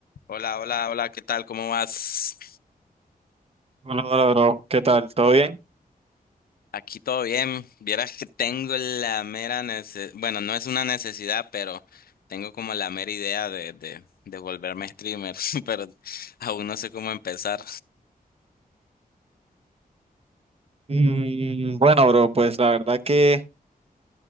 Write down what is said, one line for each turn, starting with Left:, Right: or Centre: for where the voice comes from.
Left: Hola, hola, hola, ¿qué tal? ¿Cómo vas?
Right: Hola, hola, bro. ¿Qué tal? ¿Todo bien?
Left: Aquí todo bien. Vieras que tengo la mera necesidad, bueno, no es una necesidad, pero tengo como la mera idea de, de, de volverme streamer, <laughs> pero aún no sé cómo empezar.
Right: Mm, bueno, bro, pues la verdad que,